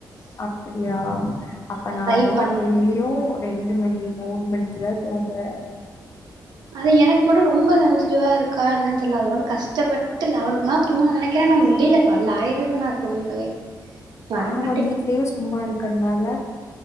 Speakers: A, on the left; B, on the right.
A: அப்படியா அப்ப
B: அதா
A: நாலா
B: ட்ரை பண்றே
A: டெய்லியும் ரெண்டு மணி மூணு மணிக்குத தூங்குறே
B: ஆனா எனக்கு மட்டும் ரொம்ப சென்சிட்டிவா இருக்கா என்னன்னு தெரில அதுன கஷ் கஷ்டப்பட்டு லெவன்க்குலா தூங்கண நெனைக்கிறோ நான் முடியலைக்கு லைவ் ஆயிதுா நான் தூங்கவே வரமாட்டேங்குது
A: ஆமா வீட்லேயே சும்மா இருக்கனால